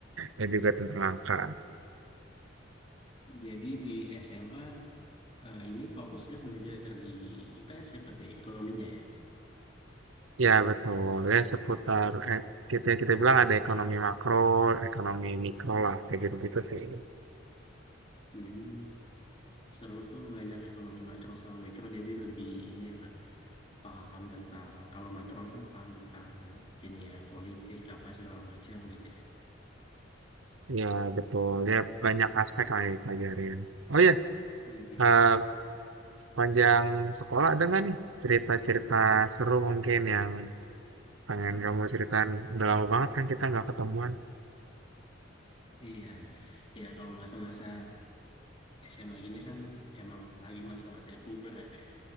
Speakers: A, on the right (about 85°); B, on the left (about 30°).
A: dan juga tentang angka.
B: Jadi di SMA eh, ini fokusnya belajar di IPS ya berarti ya, ekonominya ya.
A: Ya, betul. Ya, seputar eh, kita kita bilang ada ekonomi makro, ekonomi mikro lah, kayak gitu-gitu sih.
B: Hmm, seru tuh belajar ekonomi makro sama mikro jadi lebih ini ya Kak, paham tentang kalau makro kan paham tentang ini ya politik apa segala macam gitu ya.
A: Ya, betul. Ya, banyak aspek lah yang dipelajarin. Oh ya
B: Mhm.
A: eh, sepanjang sekolah ada nggak nih cerita-cerita seru mungkin yang pengen kamu ceritain? Udah lama banget kan kita nggak ketemuan.
B: Iya, ya kalau masa-masa SMA gini kan emang lagi masa masa puber ya kayak